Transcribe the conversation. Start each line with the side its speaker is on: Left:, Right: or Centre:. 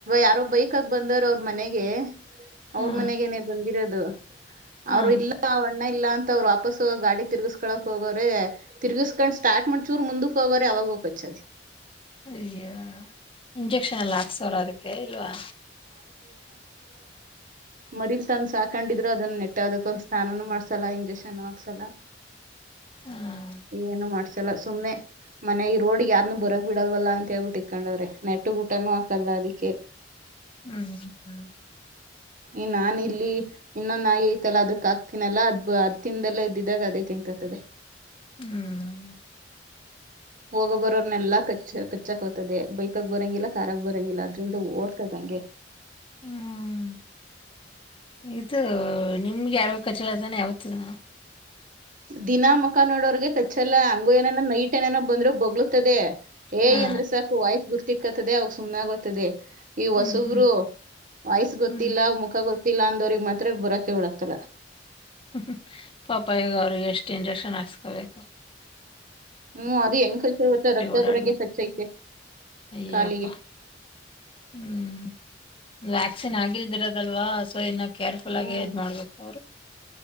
Right: ಯಾರೋ ಬೈಕ್ಗ ಬಂದಾರ ಅವ್ರ್ ಮನೆಗೆ
Left: ಹಾ
Right: ಅವ್ರ್ ಮನೆಗೇನೆೇ ಬಂದಿರೋದು.
Left: ಹಾ
Right: ಅವರು ಇಲ್ಲ ಅವ ಣ್ಣ ಇಲ್ಲ ಅಂತ ಅವ್ರು ವಾಪಸ್ ಹೋಗಕ್ ಗಾಡಿ ತಿರ್ಗಿಸ್ಕೊಳಕ್ ಹೋಗೋರೆ ತಿರುಗಸ್ಕೊಂಡ್ ಸ್ಟಾರ್ಟ್ ಮಾಡ್ ಚೂರ್ ಮುಂದಕ್ ಹೋಗೋರೆ ಅವಾಗ ಬಚ್ಚ
Left: ಅಯ್ಯ ಇಂಜೆಕ್ಷನ್ ಎಲ್ಲ ಹಾಕ್ಸವ್ರ ಅದಕ್ಕೆ ಇಲ್ವಾ?
Right: ಮರಿಗ್ ತಂದ್ ಸಾಕೊಂಡಿದ್ರು ಅದನ್ನ ನೆಟ್ಟ ಅದಕ್ಕೊಂದ ಸ್ನಾನನು ಮಾಡ್ಸಲ್ಲ ಇಂಜೆಕ್ಷನ್ ಹಾಕ್ಸಲ್ಲ.
Left: ಹ್ಮ್
Right: ಏನು ಮಾಡ್ಸಲ್ಲ ಸುಮ್ನೆ ಮನೆ ಈ ರೋಡ್ಗ್ ಯಾರ್ನು ಬರಕ್ ಬಿಡಲ್ವಲ್ಲ ಅಂತ ಹೇಳ್ಬಿಟ್ಟು ಇಕೊಂಡವ್ರೆ ನೆಟ್ಟಿಗ್ ಊಟನೂ ಹಾಕಲ್ಲ ಅದಿಕ್ಕೆ.
Left: ಹ್ಮ್ ಹ್ಮ ಹ್ಮ್
Right: ಈ ನಾ ಇಲ್ಲಿ ಇನ್ನೊ ನಾಯಿ ಐತಲ್ಲಾ ಅದಕ್ ಆಕ್ತೀನಲ್ಲಾ ಅದ್ ಅದ್ ತಿನ್ದಲ್ಲೇ ಇದ್ದಿದ್ದಾಗ ಅದೇ ತಿನ್ ತದೆ
Left: ಹ್ಮ್
Right: ಹೋಗ ಬರೋರ್ನ್ನೆಲ್ಲಾ ಕಚ್ಚ ಚ್ಚಕ್ ಹತದೆ ಬೈಕಾಗ ಬರೋಂಗಿಲ್ಲ ಕಾರಾಗ ಬರಂಗಿಲ್ಲ ಅದ್ರಿಂದ ಓಡ್ತದಂಗೆ
Left: ಹ್ಮ್ ಇದು ನಿಮ್ಗೆ ಯಾರು ಕಚ್ಚಿಲ್ಲ ತಾನೆ ಯಾವತ್ತುನು
Right: ದಿನಾ ಮುಖ ನೋಡೋರ್ಗೆ ಕಚ್ಚಲ್ಲ ಹಂಗ ಏನನೋ ನೈಟ್ ಏನೇನೋ ಬಂದ್ರು ಬಗ್ಲತದೆ ಏಯ್
Left: ಹಾ
Right: ಅಂದ್ರೆ ಸಾಕು ವಾಯ್ಸ್ ಗುರ್ತಿಕ್ಕತದೆ ಅವಾಗ ಸುಮ್ ಆಗತದೆ ಈ ಹೊಸಬ್ರು
Left: ಹ್ಮ್ ಹ್ಮ್
Right: ವಯ್ಸ್ ಗೊತ್ತಿಲ್ಲ
Left: ಹ್ಮ್
Right: ಮುಖ ಗೊತ್ತ ಗೊತ್ತಿಲ್ಲ ಅಂದೋರಿಗೆ ಮಾತ್ರ ಬರೋಕೆ ಉಳಾಕಲ್ಲ
Left: ಹ್ಮ ಪಾಪ ಈಗ ಅವ್ರಿಗೆ ಎಷ್ಟು ಇಂಜೆಕ್ಷನ್ ಹಾಕ್ಸ್ಕೊಬೇಕು
Right: ಹ್ಮ್ ಅದು ಹೆಂಗ್ ಕಚ್ಚೈತೆ ಗೊತ್ತಾರಕ್ತ
Left: ಓಡಾಡ್ಬೇಕು
Right: ಬರಂಗೆ ಕಚ್ಚೈತೆ
Left: ಅಯ್ಯಪ್ಪ
Right: ಕಾಲಿಗೆ
Left: ಹ್ಮ್ ವ್ಯಾಕ್ಸಿನ್ ಆಗಿದ್ದಿರೋದಲ್ವಾ ಸೊ ಏನ ಕೇರ್ಫುಲ್
Right: ಹ್ಮ್
Left: ಆಗಿ ಅ ಮಾಡ್ಬೇಕು ಅವ್ರು